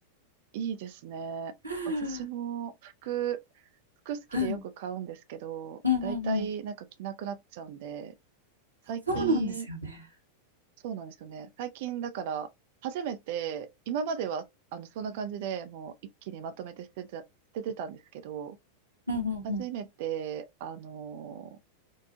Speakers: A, on the right; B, on the right.
A: いいですね。
B: <laughs>
A: 私も服、服好きでよく買うんですけど、
B: うんうんうんうん。
A: だいたいなんか着なくなっちゃうんで、最近
B: そうなんですよね。
A: そうなんですよね。最近だから、初めて、今までは、あの、そんな感じでもう一気にまとめて捨てた、捨ててたんですけど、
B: うんうんうん。
A: 初めて、あのー